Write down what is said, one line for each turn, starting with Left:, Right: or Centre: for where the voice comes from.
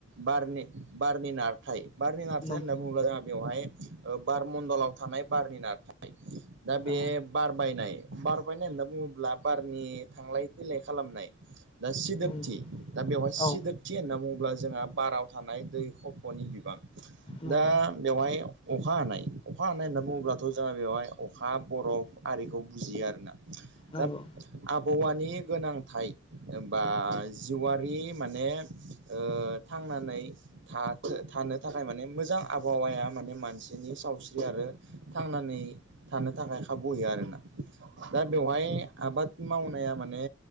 Right: बारनि-बारनि नार थाय बारनि नारथाइ
Left: नं
Right: होनना जाहा बेवहाय ओ बार मणडलाव थानाय बारनि नारथाय दा
Left: औ
Right: बे बारबायनाय बारबायनाय होनना बुङोब्ला बारनि थांलाय फैलाय खालामनाय। दा सिदोबथि
Left: नंगौ
Right: दा बेवहाय
Left: औ
Right: सिदोब थि होनना बुङोब्ला जोंहा बाराव थानाय दै खफ'नि बिबां।
Left: नंगौ
Right: दा बेवहाय अखा हानाय अखा हानाय होनना बुङोब्लाथ' जोंहा बेवहाय अखा बरफ आरिखौ बुजियो आरो ना।
Left: नंगौ
Right: दा आबहावानि गोनांथाय ओ बा जिवारि माने ओ थांनानै थाथो थानो थाखाय माने मोजां आबहावाया माने मानसिनि सावस्रि आरो थांनानै थानो थाखाय खाबु होयो आरोना? दा बेवहाय आबाद मावनाया माने